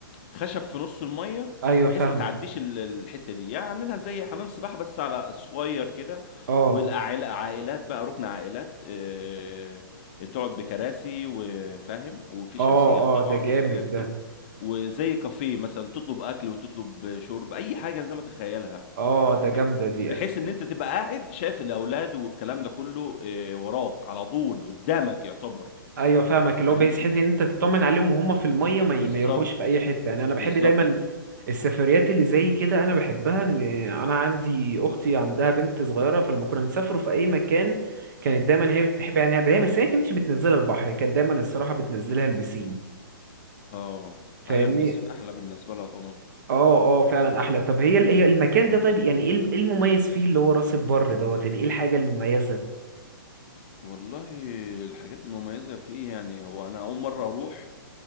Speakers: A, on the left; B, on the right.
A: خشب في نص الميه
B: ايوه
A: بحيث
B: فاهمك
A: ما تعديش ال- الحته دي يعني عاملينها زي حمام سباحه بس على صغير كده
B: اه
A: والعائلات عائلات بقى ركن عائلات آه، تقعد بكراسي وفاهم وفي
B: اه
A: شمسيات
B: اه
A: طبعا
B: ده جامد
A: والحاجات دي
B: ده
A: وزي كافيه مثلا تطلب اكل وتطلب شرب اي حاجه زي ما تخيلها
B: اه
A: فاهم
B: ده جامدة دي
A: وبحيث ان انت تبقى قاعد شايف الاولاد والكلام ده كله آه، وراك على طول قدامك يعتبر
B: ايوه فاهمك اللي
A: فاهمني
B: هو بحيث حيث ان انت تطمن عليهم وهم في الميه ما, ي-
A: بالظبط
B: ما يروحوش في اي حته يعني انا بحب
A: بالظبط
B: دايما السفريات اللي زي كده انا بحبها ان انا عندي اختي عندها بنت صغيره فلما كنا بنسافروا في اي مكان كانت دايما هي بتحب يعني دايما بس هي كانتش بتنزلها البحر هي كانت دايما الصراحه بتنزلها البسين
A: اه
B: فاهمني
A: ايوه البسين احلى بالنسبه لها طبعا
B: اه اه فعلا احلى طب هي ال- هي المكان ده طيب يعني ايه الم- إيه المميز فيه اللي هو راس البر دوت يعني ايه الحاجه المميزه
A: والله الحاجات المميزه فيه يعني هو انا اول مره اروح